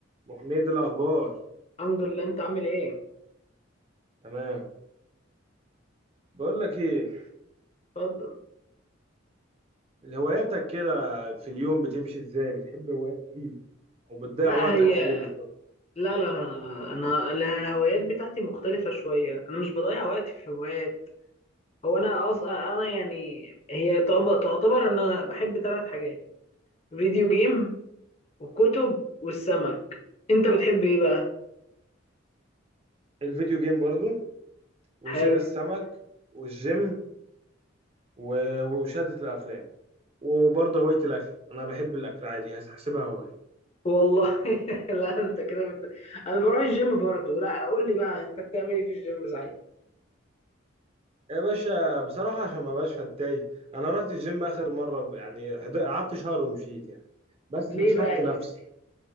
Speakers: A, on the right; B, on the left.
A: ابو حميد الاخبار
B: الحمد لله انت عامل ايه
A: تمام بقول لك ايه
B: اتفضل
A: هواياتك كده في اليوم بتمشي ازاي بتحب هوايات ايه او بتضيع
B: لا
A: وقتك
B: هي
A: في ايه بالظبط
B: لا لا لا لا انا أنا الهوايات بتاعتي مختلفة شوية انا مش بضيع وقتي في هوايات هو انا اصلا انا يعني هي طب- تعتبر انا بحب ثلاث حاجات فيديو جيم والكتب والسمك انت بتحب ايه بقى
A: الفيديو جيم برضو وصيد
B: حلو
A: السمك والجيم و- ومشاهدة الافلام وبرضه هواية الاكل انا بحب الاكل عادي هحسبها هواية
B: والله <laughs> لا انت كده بت... انا بروح الجيم برضو لا قول لي بقى انت بتعمل ايه في الجيم صحيح
A: يا باشا بصراحة عشان ما بقاش فتاي انا رحت الجيم اخر مرة يعني حد- قعدت شهر ومشيت يعني بس
B: ليه
A: فشخت
B: بقى
A: نفسي
B: كده